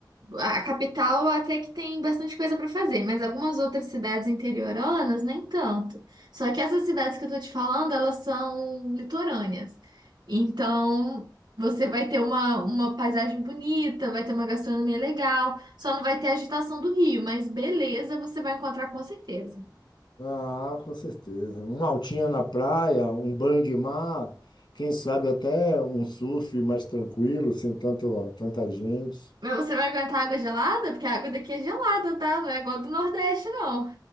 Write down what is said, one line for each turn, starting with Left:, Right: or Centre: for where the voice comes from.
Right: A a capital até que tem bastante coisa para fazer, mas algumas outras cidades interioranas nem tanto. Só que essas cidades que eu tô te falando, elas são litorâneas. Então, você vai ter uma, uma paisagem bonita, vai ter uma gastronomia legal, só não vai ter a agitação do rio, mas beleza, você vai encontrar com certeza.
Left: Ah, com certeza. Uma altinha na praia, um banho de mar, quem sabe até um surf mais tranquilo, sem tanto, tanta gente.
Right: Mas você vai aguentar água gelada? Porque a água daqui é gelada, tá? Não é igual a do Nordeste, não.